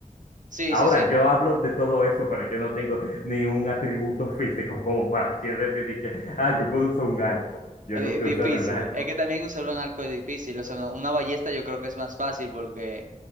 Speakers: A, on the right; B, on the left.
A: Sí,
B: Ahora,
A: sí, sí.
B: yo hablo de todo eso, pero yo no tengo ni un atributo físico como para yo decidir que, ah, yo puedo usar un alco. Yo
A: Es,
B: nunca
A: es difícil.
B: he usado un alco.
A: Es que también usar un arco es difícil. O sea, una una ballesta yo creo que es más fácil porque